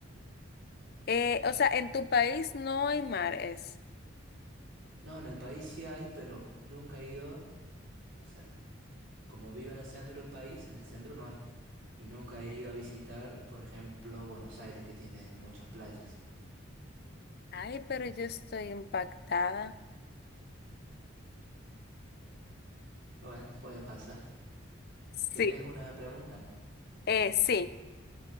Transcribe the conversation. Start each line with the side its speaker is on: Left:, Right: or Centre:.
Left: Eh, o sea, en tu país no hay mares.
Right: No, en el país sí hay, pero nunca he ido. O sea, como vivo en el centro del país, en el centro no hay. Y nunca he ido a visitar, por ejemplo, Buenos Aires, que tiene muchas playas.
Left: Ay, pero yo estoy impactada.
Right: Bueno, puede pasar.
Left: Sí,
Right: ¿Querés una pregunta?
Left: eh, sí.